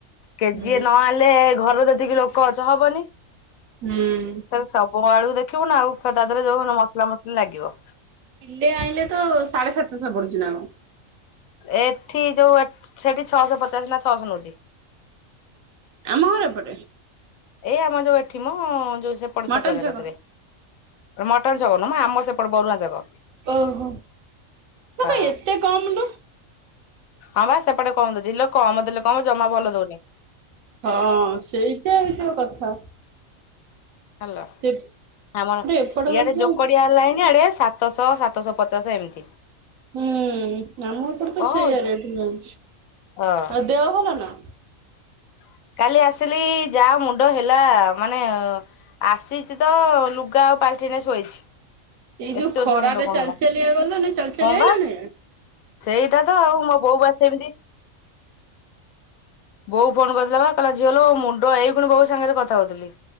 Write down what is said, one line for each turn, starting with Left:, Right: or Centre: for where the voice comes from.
Left: କେଜିଏ
Right: ହୁଁ
Left: ନ ଆଣିଲେ ଘର ଏତିକି ଲୋକ ଅଛ ହବନି
Right: ହୁଁ
Left: ତାହାଲେ ସବୁ ଆଳୁ ଦେଖିବୁ ନା ଆଉ ତା ଦେହରେ ଯୋଉ ମସଲା ମସଲି ଲାଗିବ
Right: କିଲେ ଆଣିଲେ ତ ସାଢେ ସାତଶହ ପଡୁଛି ନା କଣ
Left: ଏଠି ଯୋଉ ଏ ଠ ସେଠି ଛଅଶହ ପଚାଶ ନା ଛଅଶହ ନେଉଛି।
Right: ଆମହର ଏପଟେ?
Left: ଏଇ ଆମ ଯୋଉ ଏଠି ମ ଯୋଉ ସେପଟ
Right: ମଟନ
Left: ଛକରେ
Right: ଛକ।
Left: କତିରେ ମଟନ ଛକ ନୁଁହ ମ ଆମର ସେପଟେ ବରୁଆ ଛକ।
Right: ଓହୋ ତୁ
Left: ହଁ
Right: କ ଏତେ କମ୍ ଲୋ?
Left: ହଁ ବା ସେପଟେ କମ ଦଉଛିଲୋ କମ ଦେଲୋ କମ ଜମା ଭଲ ଦଉନି।
Right: ହଁ ସେଇଟା ହେଇଥିବ କଥା
Left: ହାଲୋ
Right: ସେ
Left: ଆମର
Right: ଏପଟେ
Left: ଇଆଡେ
Right: ଗଲେ ଯୋଉ
Left: ଯୋକଡିଆ ଲାଇନି ଆଡେ ସାତ ସାତଶହ ସାତଶହ ପଚାଶ ଏମିତି
Right: ହୁଁ ଆମ ଏପଟେ
Left: କଣ
Right: ତ ସେଇଆ
Left: ହଉଚି
Right: ରେଟ ନୋଉଛି।
Left: ହଁ
Right: ଆଉ ଦେହ ଭଲା ନା?
Left: <inaudible> କାଲି ଆସିଲି ଯାହା ମୁଣ୍ଡ ହେଲା ମାନେ ଆସିଛି ତ ଲୁଗା ପା ପାଲଟିନି ଶୋଇଛି।
Right: ଏଇ
Left: ଏତେ
Right: ଯୋଉ
Left: ଜୋରସୋରେ
Right: ଖରାରେ
Left: ମୁଣ୍ଡ କଣ
Right: ଚାଲି
Left: ହେଲା
Right: ଚାଲିକା ଗଲୁନି ଚାଲି
Left: ହଁ
Right: ଚାଲିକା
Left: ବା
Right: ଆଇଲୁନି ନା
Left: ସେଇଟା ତ ଆଉ ମୋ ବୋଉ ବା ସେମିତି ବୋଉ ଫୋନ କରିଥିଲା ବା କହିଲା ଝିଅଲୋ ମୁଣ୍ଡ ଏଇଖୁଣି ବୋଉ ସାଙ୍ଗରେ କଥା ହଉଥିଲି।